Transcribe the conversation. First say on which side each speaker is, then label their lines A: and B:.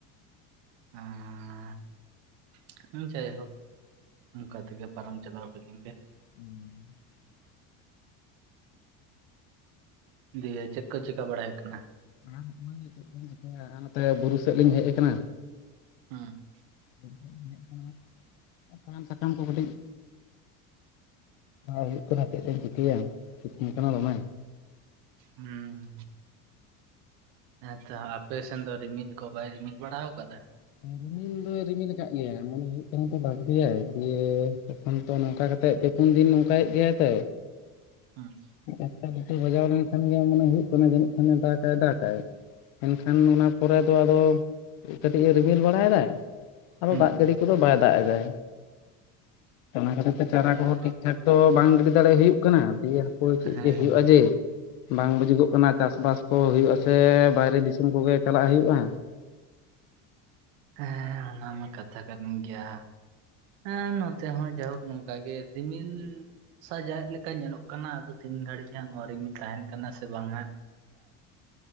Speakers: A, on the right; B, on the left.
A: ᱮᱸᱻ ᱦᱮ ᱡᱟᱭᱦᱳᱠ ᱚᱱᱠᱟ ᱛᱮᱜᱮ ᱯᱟᱨᱚᱢ ᱪᱟᱞᱟᱣ ᱦᱳᱭᱞᱮᱱ ᱜᱮ
B: ᱦᱩᱸ
A: ᱫᱤᱭᱮ ᱪᱮᱫ ᱠᱚ ᱪᱮᱠᱟ ᱵᱟᱲᱟ ᱦᱳᱭᱜ ᱠᱟᱱᱟ
B: ᱟᱨ ᱱᱟᱜᱮ ᱪᱮᱫ ᱠᱚᱵᱮᱱ ᱪᱤᱠᱟᱹᱭᱟ ᱱᱟᱜᱼᱟ ᱱᱚᱛᱮ ᱵᱩᱨᱩ ᱥᱮᱫ ᱞᱤᱧ ᱦᱮᱡ ᱟᱠᱟᱱᱟ
A: ᱦᱮᱸ
B: ᱵᱩᱨᱩ ᱥᱮᱫ ᱞᱤᱧ ᱦᱮᱡ ᱥᱟᱦᱟᱱ ᱥᱟᱠᱟᱢ ᱠᱚ ᱠᱟᱹᱴᱤᱡ ᱟᱨ ᱦᱩᱭᱩᱜ ᱠᱟᱱᱟ ᱪᱮᱫ ᱵᱮᱱ ᱪᱤᱠᱟᱹᱭᱟ ᱥᱤᱛᱩᱝ ᱠᱟᱱᱟ ᱫᱚᱢᱮ
A: ᱦᱩᱸᱦᱩ ᱦᱮᱸᱛᱚ ᱟᱯᱮ ᱥᱮᱱ ᱫᱚ ᱨᱤᱢᱤᱞ ᱠᱚ ᱵᱟᱭ ᱨᱤᱢᱤᱞ ᱵᱟᱲᱟ ᱟᱠᱟᱫᱟ
B: ᱨᱤᱢᱤᱞ ᱯᱩᱨᱟᱹᱭ ᱨᱤᱢᱤᱞ ᱟᱠᱟᱫ ᱜᱮᱭᱟ ᱢᱚᱱᱮ ᱦᱩᱭᱩᱜ ᱠᱟᱱᱟ ᱛᱚ ᱵᱟᱲᱛᱤ ᱭᱟᱭ ᱡᱮ ᱚᱱᱛᱮ ᱱᱚᱝᱠᱟ ᱠᱟᱛᱮ ᱜᱮ ᱯᱩᱱ ᱫᱤᱱ ᱱᱚᱝᱠᱟᱭᱮᱫ ᱜᱮᱭᱟᱭ ᱛᱚ
A: <unintelligible>
B: ᱮᱠᱴᱟ ᱫᱩᱴᱟ ᱵᱟᱡᱟᱣ ᱞᱮᱱᱠᱷᱟᱱ ᱜᱮ ᱢᱟᱱᱮ ᱦᱩᱭᱩᱜ ᱠᱟᱱᱟ ᱡᱟᱹᱱᱤᱡ ᱠᱷᱟᱱᱮ ᱫᱟᱜᱟᱭ ᱫᱟᱜᱟᱭ ᱮᱱᱠᱷᱟᱱ ᱚᱱᱟ ᱯᱚᱨᱮ ᱫᱚ ᱟᱫᱚ ᱠᱟᱹᱴᱤᱡ ᱮ ᱨᱤᱢᱤᱞ ᱵᱟᱲᱟᱭᱮᱫᱟᱭ ᱟᱫᱚ
A: ᱦᱩᱸ
B: ᱫᱟᱜ ᱡᱟᱹᱲᱤ ᱠᱚᱫᱚ ᱵᱟᱭ ᱫᱟᱜ ᱮᱫᱟ ᱚᱱᱟ ᱠᱷᱟᱹᱛᱤᱨ ᱛᱮ ᱪᱟᱨᱟ
A: ᱦᱮᱸ
B: ᱠᱚᱦᱚᱸ ᱴᱷᱤᱠ ᱴᱷᱟᱠ ᱛᱚ ᱵᱟᱝ ᱜᱤᱰᱤ ᱫᱟᱲᱮ ᱦᱩᱭᱩᱜ ᱠᱟᱱᱟ ᱫᱤᱭᱮ ᱯᱚᱨ ᱪᱮᱫ
A: ᱦᱮᱸ
B: ᱡᱮ ᱦᱩᱭᱩᱜᱼᱟ ᱡᱮ ᱵᱟᱝ ᱵᱩᱡᱩᱜᱚᱜ ᱠᱟᱱᱟ ᱪᱟᱥ ᱵᱟᱥ ᱠᱚ ᱦᱩᱭᱩᱜᱼᱟ ᱥᱮ ᱵᱟᱭᱨᱮ ᱫᱤᱥᱚᱢ ᱠᱚᱜᱮ ᱪᱟᱞᱟᱜ ᱦᱩᱭᱩᱜᱼᱟ
A: ᱦᱮᱸ ᱚᱱᱟ ᱢᱟ ᱠᱟᱛᱷᱟ ᱠᱟᱱ ᱜᱮᱭᱟ ᱦᱮᱸ ᱱᱚᱛᱮ ᱦᱚᱸ ᱡᱟᱭᱦᱳᱠ ᱱᱚᱝᱠᱟ ᱜᱮ ᱨᱤᱢᱤᱞ ᱥᱟᱡᱟᱣᱤᱡ ᱞᱮᱠᱟ ᱧᱮᱞᱚᱜ ᱠᱟᱱᱟ ᱟᱫᱚ ᱛᱤᱱ ᱜᱷᱟᱹᱲᱤᱡ ᱦᱟᱸᱜ ᱱᱚᱣᱟ ᱨᱤᱢᱤᱞ ᱛᱟᱦᱮᱱ ᱠᱟᱱᱟ ᱥᱮ ᱵᱟᱝ ᱦᱟᱜ